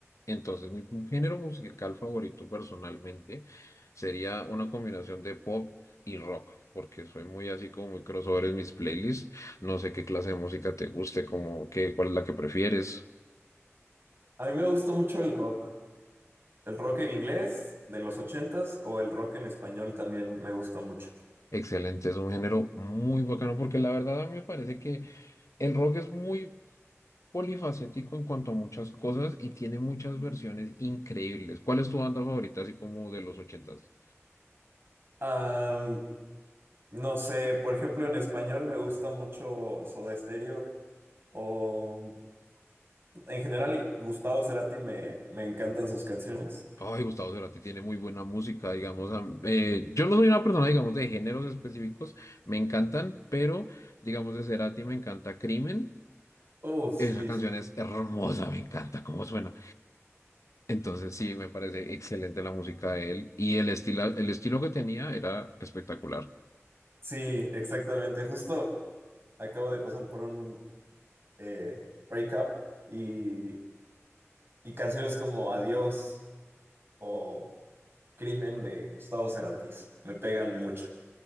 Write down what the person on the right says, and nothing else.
A mí me gusta mucho el rock. El rock en inglés de los ochentas o el rock en español también me gusta mucho.
Am, no sé, por ejemplo, en español me gusta mucho Soda Stereo o en general Gustavo Cerati me, me encantan sus canciones.
Oh, sí.
Sí, exactamente. Justo acabo de pasar por un eh, breakup y, y canciones como Adiós o Crimen de Gustavo Cerati me pegan mucho.